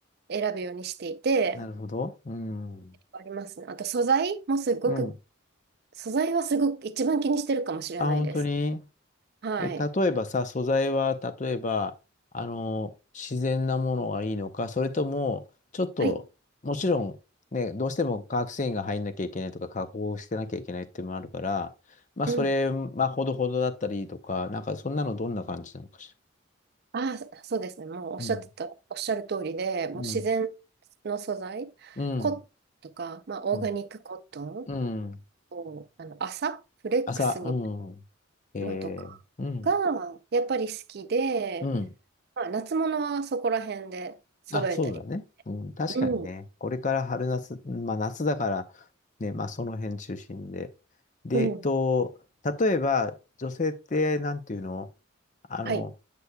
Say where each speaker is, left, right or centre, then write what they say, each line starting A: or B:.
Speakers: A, on the right (about 50°); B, on the left (about 40°).
A: 選ぶようにしていて、
B: なるほど。うん。
A: ありますね。あと素材もすごく
B: うん。
A: 素材はすごく一番気にしてるかもしれないです。
B: あ、本当に
A: はい。
B: え、例えばさ、素材は、例えば、あの、自然なものがいいのか、それとも、ちょっと、
A: はい。
B: もちろん、ね、どうしても化学繊維が入んなきゃいけないとか、加工してなきゃいけないっていうのもあるから、まあ、
A: うん。
B: それ、まあ、ほどほどだったりとか、なんか、そんなのどんな感じなのかしら。
A: ああ、そうですね。もうおっしゃってた、
B: うん。
A: おっしゃる通りで、もう自然
B: うん。
A: の素材、
B: うん。
A: コットンとか、まあ、
B: うん。
A: オーガニックコットン
B: うん。
A: を、あの、麻、フレックスみたい
B: 朝、うん。えー、
A: なのとかが、
B: うん。
A: やっぱり好きで、
B: うん。
A: まあ、夏物はそこら辺で揃えたり。
B: あ、そうだね。うん、確かにね。
A: うん。
B: これから春夏、まあ夏だから、ね、まあその辺中心で。で、
A: うん。
B: えっと、例えば、女性って、なんていうのあの、
A: はい。